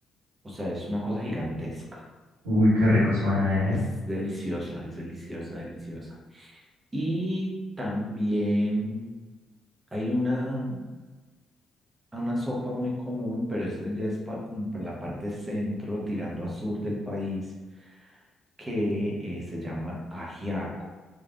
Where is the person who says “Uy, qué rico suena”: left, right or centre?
Right